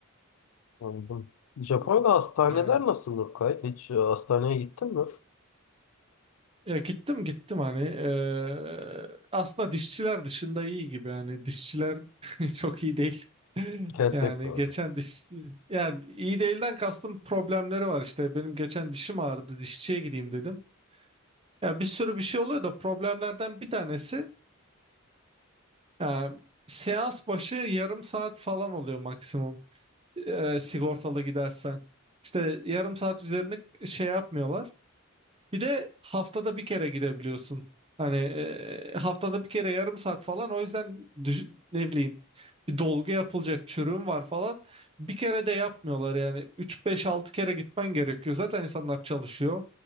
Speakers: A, on the left (about 85°); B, on the right (about 25°).
A: Anladım. Japonya'da
B: Hı.
A: hastaneler
B: Ne?
A: nasıl Nurkay? Hiç e, hastaneye gittin mi?
B: Ya gittim gittim hani eee, aslında dişçiler dışında iyi gibi hani dişçiler <laughs> çok iyi değil. <laughs>
A: Gerçekten
B: Yani
A: öyle.
B: geçen diş yani iyi değilden kastım problemleri var işte benim geçen dişim ağrıdı dişçiye gideyim dedim. Ya bir sürü bir şey oluyor da problemlerden bir tanesi ya, seans başı yarım saat falan oluyor maksimum. e, sigortalı gidersen. İşte yarım saat üzerine şey yapmıyorlar. Bir de haftada bir kere gidebiliyorsun. Hani e, haftada bir kere yarım saat falan. O yüzden düş- ne bileyim bir dolgu yapılacak çürüğün var falan. Bir kere de yapmıyorlar yani. üç beş altı kere gitmen gerekiyor. Zaten insanlar çalışıyor.